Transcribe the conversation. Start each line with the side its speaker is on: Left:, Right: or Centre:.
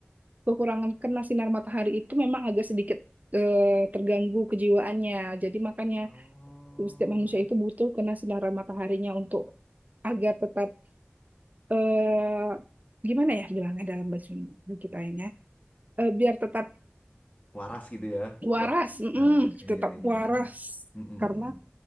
Right: kekurangan kena sinar matahari itu memang agak sedikit eh, terganggu kejiwaannya. Jadi makanya
Left: Oh
Right: Setiap manusia itu butuh kena sinaran mataharinya untuk agar tetap eh gimana ya bilangnya dalam bahasa Indo kita ya? Eh, biar tetap
Left: waras gitu ya,
Right: waras,
Left: lebih.
Right: mm-mm,
Left: Nah, iya
Right: tetap
Left: iya
Right: waras.
Left: iya. Mm, mm,
Right: Karena
Left: mm.